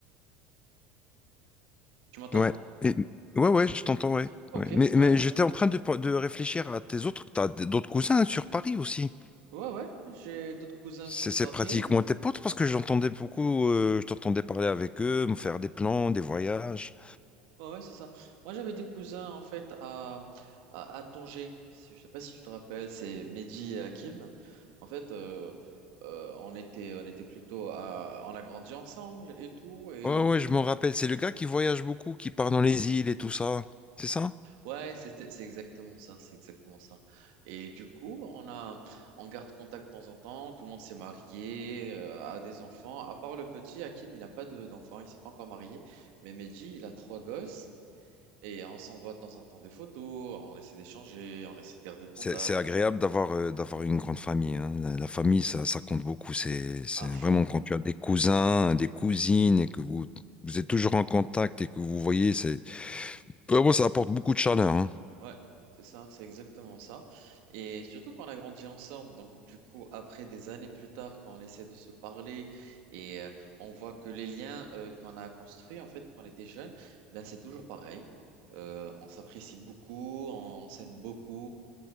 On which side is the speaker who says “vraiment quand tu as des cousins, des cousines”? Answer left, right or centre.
Left